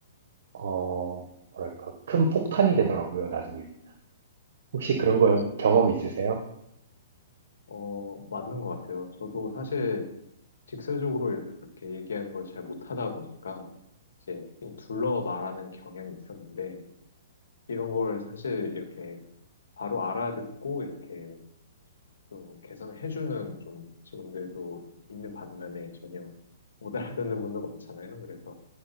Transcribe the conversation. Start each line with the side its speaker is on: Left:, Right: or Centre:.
Right: 어, 뭐랄까, 큰 폭탄이 되더라고요, 나중에. 혹시 그런
Left: 음,
Right: 거 경험 있으세요?
Left: 어, 맞는 것 같아요. 저도 사실 직설적으로 이렇게 얘기하는 걸 잘 못하다 보니까 이제 그냥 둘러 말하는 경향이 있었는데 이런 걸 사실 이렇게 바로 알아듣고 이렇게 좀 개선해주는 좀 직원들도 있는 반면에 전혀 못 알아듣는 분도 많잖아요. 그래서